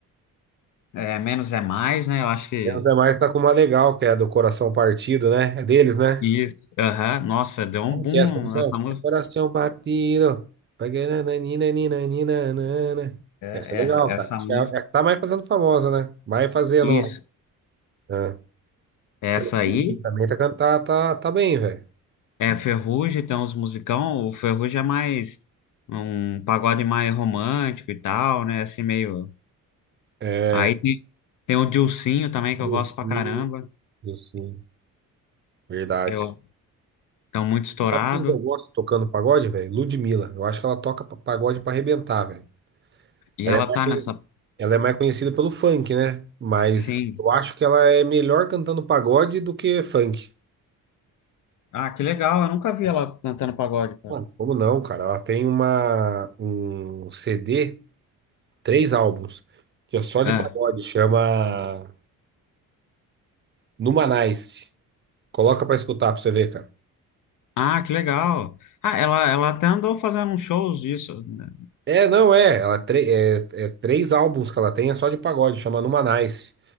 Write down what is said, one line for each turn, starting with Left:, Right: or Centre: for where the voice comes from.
Left: é, Menos é Mais, né? Eu acho que
Right: Menos é mais tá com uma legal, que é do Coração Partido, né? É deles, né?
Left: isso. Aham. Nossa, deu um
Right: Como
Left: boom
Right: que é essa música?
Left: essa música.
Right: É Coração Partido. Paganananinananinanana.
Left: É,
Right: Essa é legal,
Left: é,
Right: cara.
Left: essa
Right: Acho
Left: música.
Right: que É é a que tá mais fazendo famosa, né? Vai fazendo.
Left: Isso.
Right: né?
Left: Essa
Right: Ferrugem
Left: aí
Right: também tá cantando, tá, tá tá bem, velho.
Left: é Ferrugem, tem uns musicão. O Ferrugem é mais um pagode mais romântico e tal, né? Assim meio.
Right: É.
Left: Aí tem, tem o Dilsinho também, que
Right: Dos
Left: eu gosto pra caramba.
Right: Sim, sim, verdade.
Left: Eu tão muito estourado.
Right: Sabe quem que eu gosto tocando pagode, velho? Ludmilla. Eu acho que ela toca pa- pagode pra arrebentar, velho.
Left: E
Right: Ela
Left: ela
Right: é mais,
Left: tá
Right: conhec-
Left: nessa.
Right: ela é mais conhecida pelo funk, né? Mas
Left: Sim.
Right: eu acho que ela é melhor cantando pagode do que funk.
Left: Ah, que legal. Eu nunca vi ela cantando pagode, cara.
Right: Mano, como não, cara? Ela tem uma, um CD, três álbuns, que é só
Left: É.
Right: de pagode, chama Numanice. Coloca pra escutar pra você ver, cara.
Left: Ah, que legal. Ah, ela, ela até andou fazendo uns shows disso. né?
Right: É, não é. Ela tre- é, é três álbuns que ela tem, é só de pagode, chama Numa Nice.